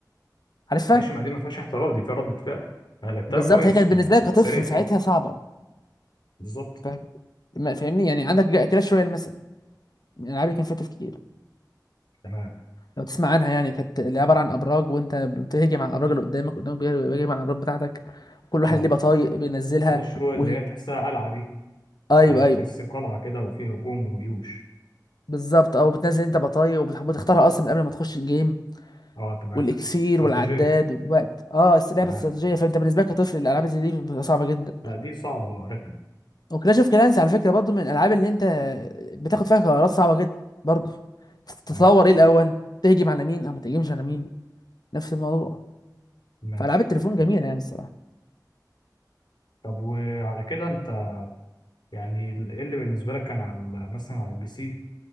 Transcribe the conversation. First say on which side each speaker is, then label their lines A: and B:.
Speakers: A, on the left; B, on the left.
A: عارفها
B: ماشي ما دي ما فيهاش احتراف دي فيها ردة فعل انا لعبتها
A: بالظبط
B: كويس
A: هي كانت بالنسبه
B: وكنت
A: لك كطفل
B: سريع فيها
A: ساعتها صعبه
B: بالظبط
A: فاهم ما فاهمني يعني عندك كلاش رويال مثلا من الالعاب اللي كان فيها تفكير
B: تمام
A: لو تسمع عنها يعني كانت اللي عباره عن ابراج وانت بتهجم على الابراج اللي قدامك قدامك بيهجم بيهجم على الابراج بتاعتك كل واحد
B: اه
A: ليه بطايق بينزلها
B: كلاش رويال
A: و...
B: اللي هي تحسها قلعة دي
A: ايوه
B: آه، تحس
A: ايوه
B: قلعة كده وفيها هجوم وجيوش
A: بالظبط او بتنزل انت بطايق وبتحب تختارها اصلا من قبل ما تخش الجيم
B: اه تمام
A: والاكسير
B: استراتيجية
A: والعداد والوقت اه بس لعبه
B: تمام
A: استراتيجيه فانت بالنسبه لك كطفل الالعاب زي دي بتبقى صعبه جدا
B: لا دي صعبة اه رخمة
A: وكلاش اوف كلانس على فكره برضو من الالعاب اللي انت بتاخد فيها قرارات صعبه جدا برضو تتصور
B: تمام
A: ايه الاول تهجم على مين او ما تهجمش على مين نفس الموضوع
B: ماشي
A: فالعاب التليفون جميله
B: تمام
A: يعني الصراحه
B: طب وعلى كده انت يعني ال- إيه اللي بالنسبة لك كان على مثلا على البي سي